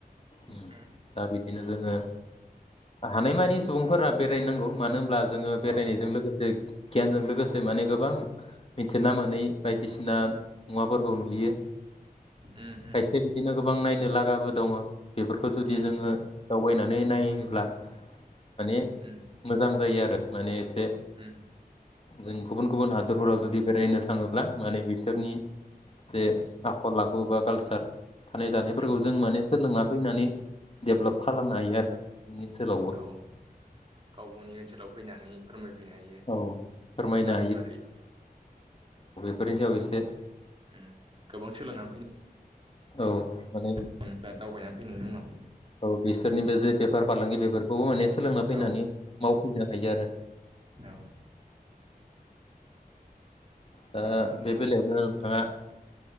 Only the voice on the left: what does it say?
उम
दा बिदिनो जोङो हानायमानि सुबुंफोरा बेरायनांगौ मानो होनब्ला जोङो बेरायनायजों
लोगोसे गियानजों लोगोसे माने गोबां मिथिना मोनै बायदिसिना मुवाफोरखौ नुयो।
खायसे बिदिनो गोब गोबां नायनो लागाबो दङ बेफोरखौ जुदि
जोङो दावबायनानै नायोब्ला माने
मोजां जायो आरो माने एसे
जों गुबुन गुबुन हादरफोराव जुदि बेरायनो थाङोब्ला माने बिसोरनि जे आखल आखु बा कालसार थानाय जानायफोरखौ
जों माने सोलोंना फैनानै डेभलप खालामनो हायो आरो जोंनि ओनसोलावबो‌।
औ फोरमायनो
<unintelligible> फोरनि सायाव एसे
औ माने
औ बिसोरनि बे जे बेफार फालांगि बेफोरखौबो माने सो सोलोंना फैनानै
मावफैनो हायो आरो।
दा बे बेलायावनो थाङा